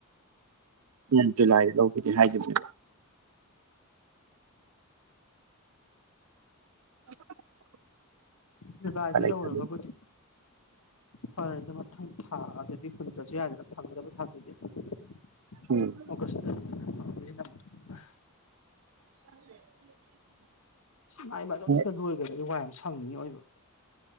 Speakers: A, on the right; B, on the left.
A: <unintelligible> ꯖꯨꯂꯥꯏꯗ ꯂꯧꯒꯦꯗꯤ ꯍꯥꯏꯒꯤꯕꯅꯦ꯫ <unintelligible>
B: ꯖꯨꯂꯥꯏꯗꯨ
A: ꯎꯄꯥꯏ ꯂꯩꯇꯕꯒꯤ
B: ꯌꯧꯔꯒꯕꯨꯗꯤ ꯐꯔꯦꯗ ꯃꯊꯪ ꯊꯥꯗꯨꯗꯤ ꯍꯨꯟꯗ꯭ꯔꯥꯁꯨ ꯌꯥꯔꯦꯗ ꯐꯪꯒꯗꯕ ꯊꯥ <unintelligible>
A: ꯎꯝ
B: ꯑꯣꯒꯁꯇ꯫ <unintelligible> ꯍꯧꯖꯤꯛꯅ ꯃꯨꯛ ꯑꯥ꯫
A: <unintelligible>
B: <unintelligible>
A: ꯍꯣꯏ
B: ꯂꯣꯏꯒ꯭ꯔꯥꯗꯤ ꯋꯥꯏꯝ ꯁꯪꯅꯤ ꯑꯑꯣꯏꯕ